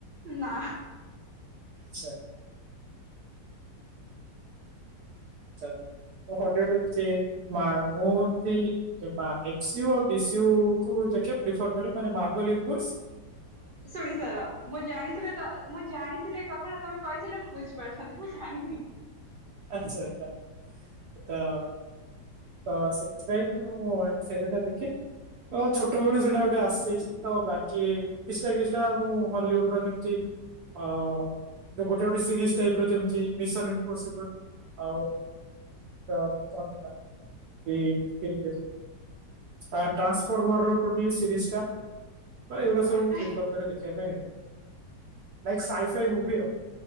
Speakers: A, on the right; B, on the right.
A: ନା।
B: ଆଛା। ଆଛା। ତ ହଲିଉଡ ଏମିତି ମା ମୁଁ ଏମିତି ଏ ମା ଏମେସିୟୁ ଆଉ ବିସିୟୁ କୁ ଦେଖି ପିଫର୍ କରେ ମାନେ ମାବିଲିତୁସୁ
A: ଶୁଣି ସାର ମୁଁ ଜାଣିଥିଲି ତ ମୁଁ ଜାଣିଥିଲି ଏ କଥାଟା ତମେ କହିଥିଲେ ମୁଁ ବୁଝିପାରିଥାନ୍ତି ମୁଁ ଜାଣିନି।
B: ଆଛା ଆଛା। ତ ତ ସେଇଥିପାଇଁ ମୁଁ ସେଇ ତ ଦେଖେ ତ ଛୋଟ ବେଳୁ ସେଇଟା ଗୋଟେ ଆସିଯାଇଛି ତ ବାକି କିଛିଟା କିଛିଟା ମୁଁ ହଲିଉଡ ର ଯେମିତି ଅ ଗୋଟେ ଗୋଟେ ସିରିଜ୍ ଟାଇପ ର ଯେମିତି ମିଶନ୍ ଇମ୍ପୋସିମ୍ପଲ ଆଉ ତ କଣ ଏଟା ଏ <unintelligible> ଆ ଟ୍ରାନ୍ସଫର୍ମର ର ଟୋଟଲି ସିରିଜ୍ ଟା ତ ଏଗୁଡା
A: ବାପରେ
B: ସବୁ ପ୍ରିଫର କରେ ଦେଖିବା ପାଇଁ ଲାଇକ୍ ସାଇ ସାଇ ମୁଭି ଆଉ।